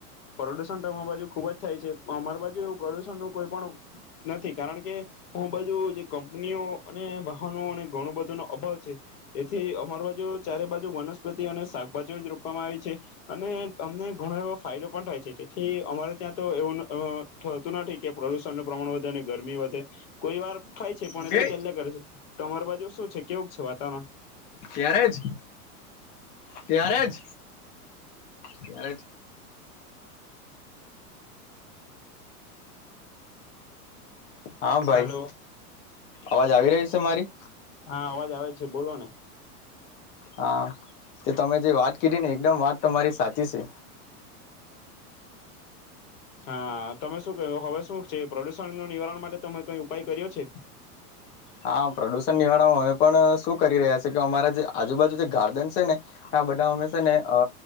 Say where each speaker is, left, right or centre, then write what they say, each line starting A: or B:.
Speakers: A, on the left; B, on the left.
A: પ્રદુષણ તો બાજુ ખુબ જ થાય છે અમારી બાજુ એવું પ્રદુષણ નું કોઈ પણ નથી કારણ કે હુ બાજુ જે કંપનીઓ અને વાહનો અને ઘણું બધું નો અભાવ છે તેથી અમાર બાજુ ચારે બાજુ વનસ્પતિ અને શાકભાજી એ રૂપમાં આવી છે અને અમને ઘણો એવો ફાયદો પણ થાય છે. થી અમારે ત્યાં તો એવું થતું નથી કે પ્રદુષણ નું પ્રમાણ વધે અને ગરમી વધે કોઈ વાર થાય છે પણ
B: ઓકે
A: એ તો ચલ્લે કરે છે. શું છે કેવું છે વાતાવરણ?
B: ત્યારે જ ત્યારે જ ત્યારે જ હા ભાઈ
A: હાલો
B: અવાજ આવી રહીશ. તમારી.
A: હા અવાજ આવે છે બોલો ને.
B: હા તે તમે જે વાત કીધી ને એકદમ વાત તમારી સાચી છે.
A: હા તમે શું ક્યું હવે શું છે પ્રદુષણ ન નિવારણ માટે તમે કઈ ઉપાય કર્યો છે.
B: હા પ્રદુષણ નિવારણમાં અમે પણ શું કરી રહ્યાી કે અમારા જે આજુબાજુ જે ગાર્ડન છે ને આ બધા હમે છે ને અ